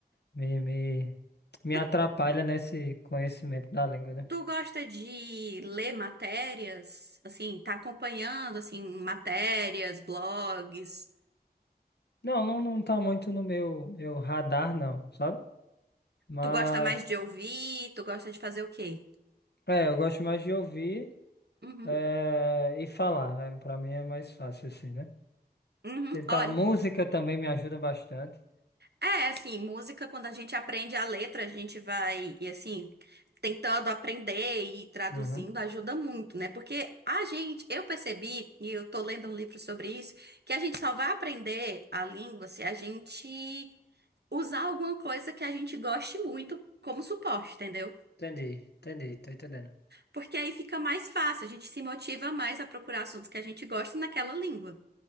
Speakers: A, on the left; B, on the right.
A: me, me, me
B: Tu,
A: atrapalha nesse conhecimento da língua, né?
B: tu gosta de ler matérias? Assim, tá acompanhando, assim, matérias, blogs?
A: Não, não, não tá muito no meu, meu radar, não, sabe? Mas,
B: Tu gosta mais de ouvir? Tu gosta de fazer o quê?
A: é, eu gosto mais de ouvir
B: Uhum,
A: é, e falar, né? Pra mim é mais fácil assim, né?
B: uhum.
A: Tentar
B: Olha.
A: música também me ajuda bastante.
B: É, assim, música, quando a gente aprende a letra, a gente vai, e assim, tentando aprender e traduzindo
A: Uhum.
B: ajuda muito, né? Porque a gente, eu percebi, e eu tô lendo um livro sobre isso, que a gente só vai aprender a língua se a gente usar alguma coisa que a gente goste muito como suporte, entendeu?
A: Entendi, entendi, tô entendendo.
B: Porque aí fica mais fácil, a gente se motiva mais a procurar assuntos que a gente gosta naquela língua.